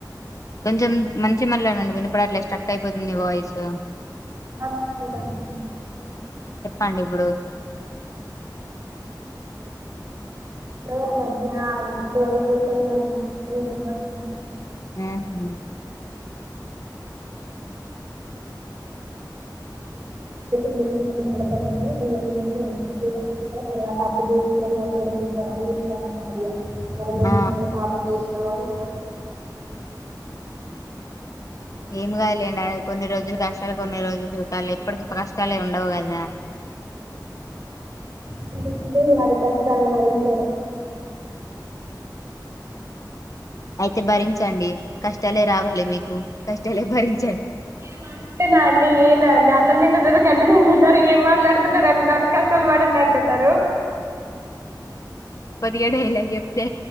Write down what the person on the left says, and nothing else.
కొంచెం మంచిగా మాట్లాడండి వినపడట్లే స్ట్రక్ అయిపోతుంది వాయిస్
అండి ఇప్పుడు
ఉమ్ హూ
ఆ
ఏమి కాదులేండి కొన్ని రోజులు కష్టాలు కొన్ని రోజులు కాళ ఇప్పటికి కష్టాలే ఉండవు కదా
అయితే భరించండి కష్టాలే రావాలి మీకు కష్టాలే భరించ
గా డైలాగ్ చెప్తే